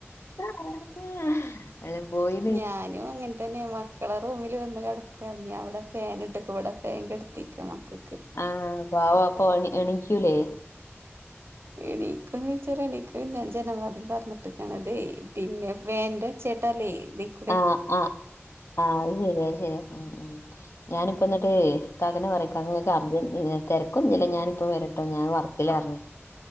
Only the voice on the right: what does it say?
ഞാനു അങ്ങൻ <unintelligible> മക്കളെ റൂമില് വന്ന് കെട്ക്കാ. ഞാവടെ ഫാൻ ഇട്ടക്ക, ഇവടെ ഫാൻ കെട്ത്തീക്ക മക്ക്
എണീക്കോന്ന് ചോയ്ച്ചാല് എണീക്കു ഞാൻ ജനവാതില് തൊർന്ന് ട്ടക്കാണ്. അതേ പിന്നെ ഫേന്റെ ചേട്ടാലേ <unintelligible>